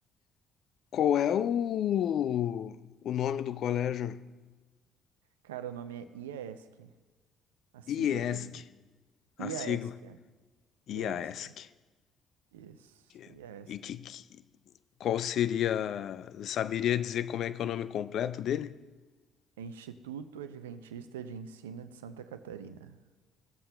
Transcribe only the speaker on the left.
Qual é o, o nome do colégio?
IESC,
a
sigla.
IASC.
Que-
E que, que- qual seria. Saberia dizer como é que é o nome completo dele?